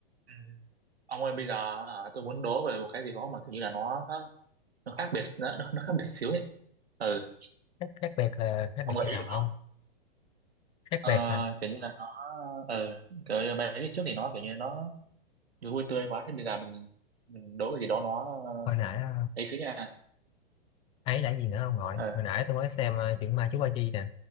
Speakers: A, on the right; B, on the left.
A: Ừ. Ông ơi bây giờ hả, tôi muốn đố về một cái gì đó mà kiểu như là nó nó, nó khác biệt nó, nó nó khác biệt xíu ấy ừ
B: khác, khác biệt là khác
A: ông
B: biệt
A: gợi
B: thế
A: ý
B: nào
A: được
B: ông
A: không
B: khác
A: ờ,
B: biệt hả
A: kiểu như là nó ờ kiểu như mấy cái trước thì nó kiểu như nó vui tươi quá thế bây giờ mình, mình đố cái gì đó nó ờ,
B: hồi nãy ờ,
A: ấy xíu nha
B: ấy là gì nữa ông nội
A: ờ
B: hồi nãy tôi mới xem ờ, chuyện ma chú ba chi nè